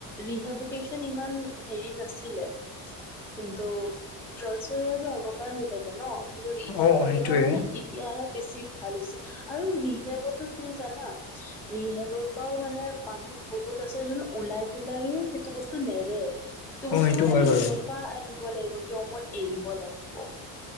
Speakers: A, in the centre; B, on the left.
A: ৰিহাইভেষ্টন ইমান নাছিলে। কিন্তু ড্ৰাগছৰ ব্যৱসায় আগৰ পৰাই হৈ থাকে ন কিন্তু ৰিহাভ
B: অ',
A: বাগেৰা
B: সেইটোয়ে
A: মানে এতিয়াহে বেছি ভাল হৈছে আৰু ৰিহাভবটো তুমি জানা ৰিহাইবৰ পৰাও মানে মানুহ বহুত আছে যোন ওলাই পেলাইও সেইটো বস্তু নেৰে। সেইটো
B: অ',
A: বস্তু মানে
B: হয়
A: নিজৰ
B: বাৰু
A: পৰা আহিব লাগিব কিয় মই এৰিব লাগিব।